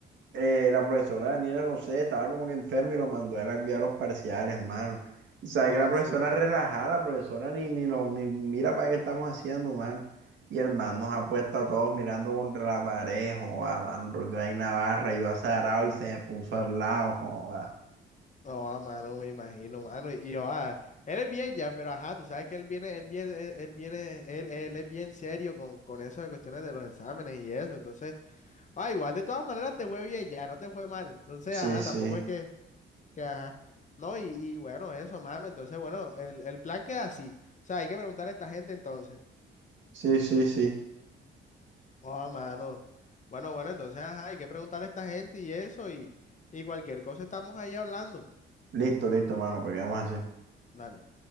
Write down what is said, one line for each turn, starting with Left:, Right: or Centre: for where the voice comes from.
Right: eh, la profesora Daniela, no sé, estaba como que enferma y lo mandó a la cuidar los parciales, mano. O sea,
Left: Oh,
Right: que la
Left: así,
Right: profesora
Left: mano.
Right: relajada, la profesora ni, ni, no ni mira para qué estamos haciendo, mano. Y el man nos ha puesto a todos mirando contra la pared, joda, mano, porque hay Navarra, yo azarado y se me puso al lado, joda.
Left: Oh, a mano, me imagino, mano. Y y, oh, ah, él es bien ya, pero ajá, tú sabes que él viene, él viene, él, él viene, él, él es bien serio con, con eso de cuestiones de los exámenes y eso. Entonces. Ah, igual, de todas maneras te fue bien, ya no te fue mal. Entonces,
Right: Sí,
Left: ajá,
Right: sí,
Left: tampoco es que, que ajá. No, y, y bueno, eso, mano. Entonces, bueno, el, el plan queda así. O sea, hay que preguntarle a esta gente entonces.
Right: sí, sí, sí.
Left: Oh, mano. Bueno, bueno, entonces, ajá, hay que preguntarle a esta gente y eso, y, y cualquier cosa estamos ahí hablando.
Right: Listo, listo, mano, porque vamos así.
Left: Dale.